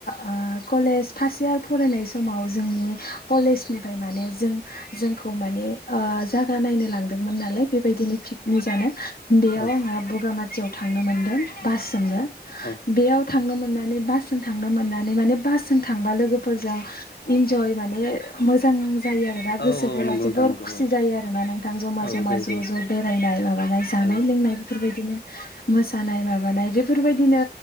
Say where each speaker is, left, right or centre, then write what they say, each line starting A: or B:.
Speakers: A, on the left (about 60°); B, on the left (about 75°).
A: ओ कलेज फास इयार फरायनाय समाव जों नि कलेजनिफाय माने जों जोंखौ माने ओ जागा नायनो लांदोंमोन नालाय बेबायदिनो फिख मुजानो बेयाव
B: औ
A: आङो बगामाथियाव थांनो मोनदों बासजोंनो
B: औ
A: बेयाव थांनो मोननानै बासजों थांनो मोननानै माने बासजों थांबा लोगोफोरजों इन्जय माने मोजां जायो आरो दा
B: औ
A: गोसोफोरा
B: औ नंगौ
A: जोबोर
B: नोंथां नंगौ
A: खुसि जायो आरोना नोंथां ज'मा
B: औ औ
A: ज'मा
B: जायो
A: ज' ज' <unintelligible> नाय माबानाय
B: जायो
A: जानाय लोंनाय बेफोरबायदिनो मोसानाय माबानाय बेफोरबायदिनो